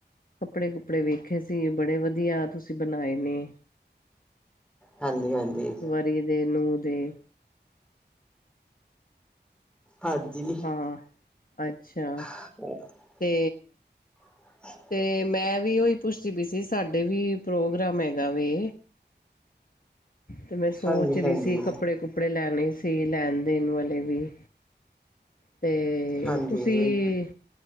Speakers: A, on the left; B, in the centre.
A: ਕੱਪੜੇ ਕੁਪੜੇ ਵੇਖੇ ਸੀ ਬੜੇ ਵਧੀਆ ਤੁਸੀਂ ਬਣਾਏ ਨੇ
B: ਹਾਂਜੀ, ਹਾਂਜੀ
A: ਵਰੀ ਦੇ ਨੂੰਹ ਦੇ
B: ਹਾਂਜੀ
A: ਹਾਂ, ਅੱਛਾ
B: <unintelligible>
A: ਤੇ
B: <inaudible>
A: ਤੇ ਮੈਂ ਵੀ ਉਹੀ ਪੁੱਛਦੀ ਪਈ ਸੀ ਸਾਡੇ ਵੀ ਪ੍ਰੋਗਰਾਮ ਹੈਗਾ ਵੇ ਤੇ ਮੈਂ ਸੋਚ
B: ਹਾਂਜੀ
A: ਰਹੀ
B: ਹਾਂਜੀ
A: ਸੀ ਕੱਪੜੇ ਕੁਪੜੇ ਲੈਣੇ ਸੀ ਲੈਣ ਦੇਣ ਵਾਲੇ ਵੀ ਤੇ
B: ਹਾਂਜੀ
A: ਤੁਸੀਂ